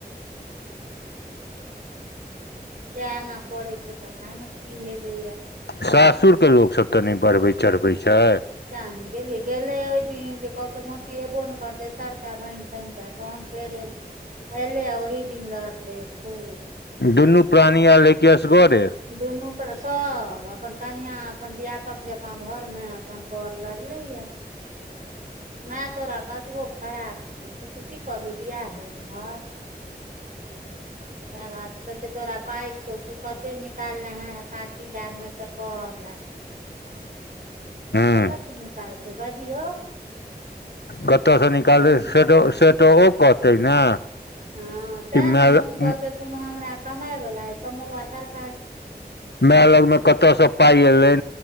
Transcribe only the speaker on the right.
<inaudible> कना करै छै तऽ क नहि की भे दैय
कियान गेलियै गेलै ओहि दिन जे कहत मसी एबो ने करतै सटा बहिन स तहन फेर एऐले आ ओहि दिन लड़ले खूब
दुनू पर सब अपन कनिया अपन ब्यापक जकाँ घर मे अपन बर लड़ले या माय तोरा कतबो खराब छै से तऽ की कहबी <unintelligible> हमर कहे तोरा पाइ छौ तू कते निकालले हे एकासी हजार मे से कह हमरा
कतय छय निकालते र्बाजियो
निकालतै
हँ ते
ने मोची
ब हमरा कमााय वला है कमौआ सरकार